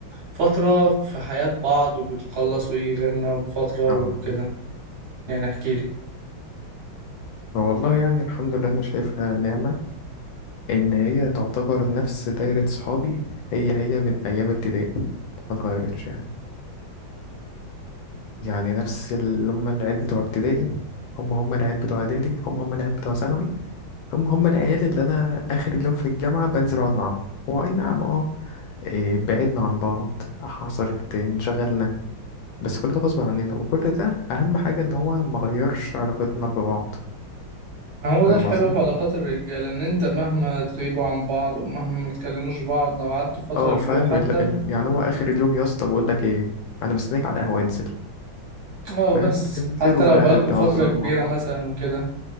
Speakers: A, on the right; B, on the left.
A: فترة في حياة بعض وبتخلص ويجي غيرنا وفترة
B: اه
A: وكده يعني احكي لي
B: هو والله يعني الحمد لله انا شايفها نعمة ان هي تعتبر نفس دايرة صحابي هي هي من ايام ابتدائي ما اتغيرتش يعني يعني نفس اللي هم العيال بتوع ابتدائي هم هم العيال بتوع اعدادي هم هم العيال بتوع ثانوي هم هم العيال اللي انا اخر اليوم في الجامعة بنزل اقعد معاهم هو اي نعم اه إيه، بعدنا عن بعض حصلت انشغلنا بس كل ده غصب عننا وكل ده اهم حاجة ان هو ما غيرش علاقتنا ببعض
A: ما هو
B: فاهم
A: ده الحلو
B: قصدي
A: في علاقات الرجالة إن أنت مهما تغيبوا عن بعض ومهما ما تكلموش بعض لو قعدتوا فترة
B: اه
A: كبيرة
B: فاهم
A: حتى
B: ال... ال... يعني هو اخر اليوم يا اسطى بقول لك ايه انا مستنيك على القهوه انزل
A: اه بس
B: فاهم بتنزلوا
A: حتى لو
B: بقى
A: بقالكوا
B: تهزروا
A: فترة كبيرة
B: مع بعض
A: مثلا وكده